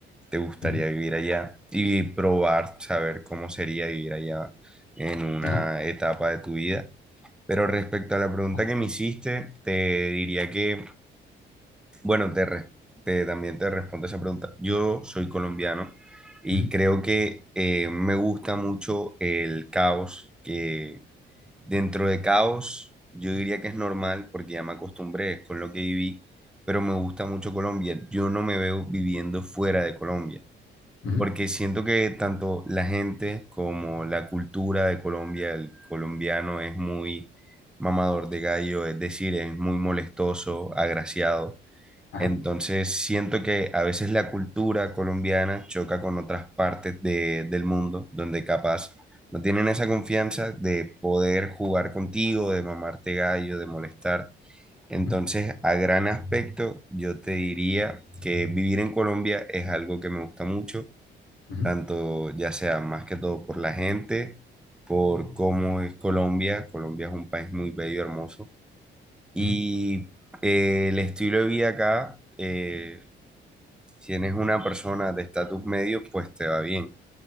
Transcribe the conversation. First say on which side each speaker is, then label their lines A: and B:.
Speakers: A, in the centre; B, on the left.
A: te gustaría
B: ujú,
A: vivir allá y probar, saber cómo sería vivir allá en una
B: ajá,
A: etapa de tu vida. Pero respecto a la pregunta
B: ajá,
A: que me hiciste, te diría que, bueno, te, re- te- también te respondo esa pregunta. Yo soy colombiano y
B: ujú,
A: creo que eh, me gusta mucho el caos, que dentro de caos yo diría que es normal porque ya me acostumbré con lo que viví, pero me gusta mucho Colombia. Yo no me veo viviendo fuera de Colombia
B: ujú,
A: porque siento que tanto la gente como la cultura de Colombia, el colombiano es muy mamador de gallo, es decir, es muy molestoso, agraciado.
B: ajá,
A: Entonces siento que a veces la cultura colombiana choca con otras partes de- del mundo, donde capaz no tienen esa confianza de poder jugar contigo, de mamarte gallo, de molestar. Entonces,
B: ujú,
A: a gran aspecto, yo te diría que vivir en Colombia es algo que me gusta mucho
B: ujú,
A: tanto ya sea más que todo por la gente, por cómo es Colombia. Colombia es un país muy bello, hermoso. Y
B: ujú,
A: eh, el estilo de vida acá, eh, si eres una persona de estatus medio, pues te va bien